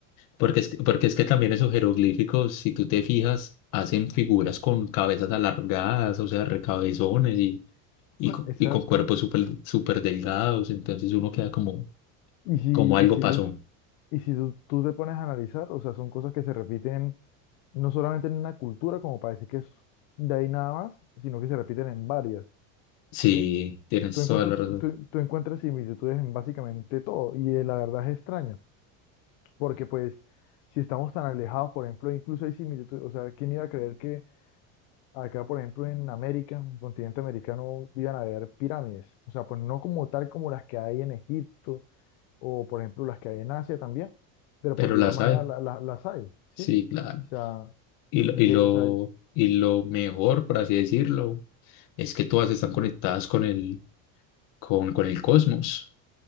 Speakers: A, on the left (about 50°); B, on the left (about 75°).
A: Porque es que, porque es que también esos jeroglíficos, si tú te fijas, hacen figuras con cabezas alargadas, o sea, recabezones y, y, co-
B: Exacto.
A: y con cuerpos súper súper delgados. Entonces uno queda como,
B: Y si,
A: como algo
B: y si,
A: pasó.
B: Y si tú, tú te pones a analizar, o sea, son cosas que se repiten no solamente en una cultura, como para decir que es de ahí nada más, sino que se repiten en varias,
A: Sí,
B: ¿sí?
A: tienes
B: Tú encuentras,
A: toda la razón.
B: tú, tú encuentras similitudes en básicamente todo, y eh, la verdad es extraño, porque pues si estamos tan alejados, por ejemplo, incluso hay similitudes, o sea, ¿quién iba a creer que acá, por ejemplo, en América, en el continente americano, iban a haber pirámides? O sea, pues no como tal como las que hay en Egipto o por ejemplo las que hay en Asia también, pero
A: Pero
B: pues de
A: la
B: igual
A: sabe.
B: manera la- la- las hay, ¿sí?
A: Sí, claro.
B: O sea,
A: Y lo,
B: lle-
A: y lo,
B: o sea,
A: y lo mejor, por así decirlo, es que todas están conectadas con el, con, con el cosmos.